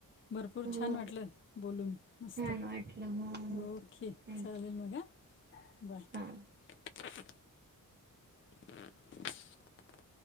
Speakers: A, on the left; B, on the right.
A: भरपूर
B: हो
A: छान वाटलं बोलून मस्त
B: छान वाटलं हो
A: ओके
B: थँक्यू
A: चालेल मघा बाय
B: हां
A: <inaudible>